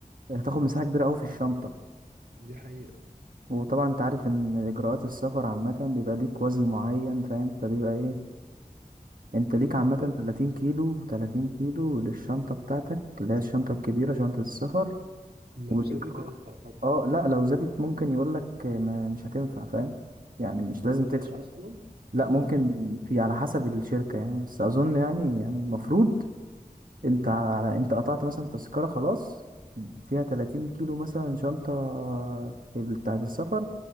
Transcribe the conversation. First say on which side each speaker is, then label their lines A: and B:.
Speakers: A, on the right (about 65°); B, on the right (about 80°).
A: هتاخد مساحة كبيرة اوي في الشنطة
B: دي حقيقة
A: وطبعا انت عارف ان اجراءات السفر عامة بيبقى ليك وزن معين فاهم فبيبقى ايه انت ليك عامة
B: برضه.
A: 30 كيلو 30 كيلو
B: مم.
A: للشنطة بتاعتك اللي هي الشنطة الكبيرة شنطة السفر
B: لو
A: وليك
B: زادت بتدفع
A: اه
B: طبعا
A: آه، لا لو زادت ممكن يقولك ما مش هتنفع فاهم يعني مش
B: ما
A: لازم
B: تدفعش
A: تدفع
B: اصلا
A: لا ممكن
B: اه
A: في على حسب الشركة يعني بس أظن يعني يعني المفروض أنت
B: مم.
A: على أنت قطعت مثلا تذكرة خلاص فيها 30 كيلو مثلا شنطة بال- بتاعة السفر